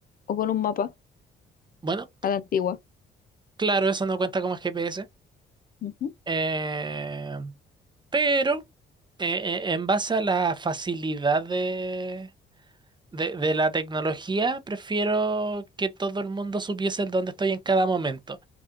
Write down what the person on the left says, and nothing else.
O con un mapa
a la antigua.
Ujú.